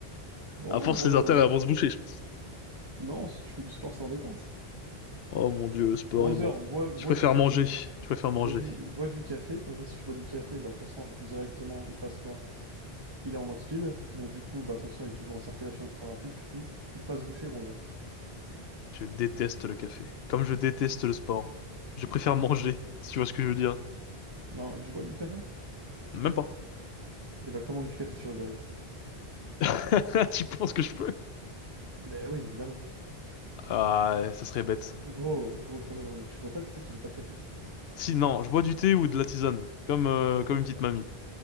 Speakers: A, on the right (about 25°); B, on the left (about 75°).
A: Non,
B: À force,
A: voilà.
B: les artères elles vont se boucher, je pense.
A: Non, si tu fais du sport, c'est en détente.
B: Oh mon Dieu, le sport
A: Brother,
B: et moi.
A: bois, bois
B: Je préfère
A: du café.
B: manger. Je préfère manger.
A: Bois du, bois du café, comme ça, si tu bois du café, bah ton sang directement, il se passe quoi? Il est en mode speed, donc du coup, bah ton sang il est toujours en circulation ultra rapide, du coup, il peut pas se boucher, brother.
B: Je déteste le café. Comme je déteste le sport. Je préfère manger. Si tu vois ce que je veux dire.
A: Non, tu bois du café?
B: Même pas.
A: Et bah commande du café sur Uber Eats.
B: <laughs> Tu penses que je peux?
A: Ben oui, évidemment.
B: Ah, ça serait bête.
A: Gros, gros, comme attends, mais tu bois pas de thé, tu bois pas de café.
B: Si, non, je bois du thé ou de la tisane, comme, euh, comme une petite mamie.